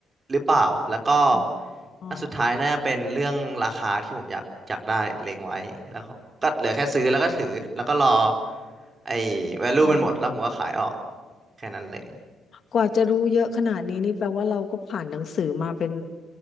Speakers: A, on the right; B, on the left.
A: หรือเปล่าแล้วก็
B: อ๋ออ๋อ
A: อันสุดท้ายน่าจะเป็นเรื่องราคาที่ผมอยากอยากได้เล็งไว้แล้ว ก็เหลือแค่ซื้อแล้วก็ถือแล้วก็รอไอ้ value
B: อ๋อ
A: มันหมดแล้วผมก็ขายออกแค่นั้นเลย
B: กว่าจะรู้เยอะขนาดนี้นี่แปลว่าเราก็ผ่านหนังสือมาเป็น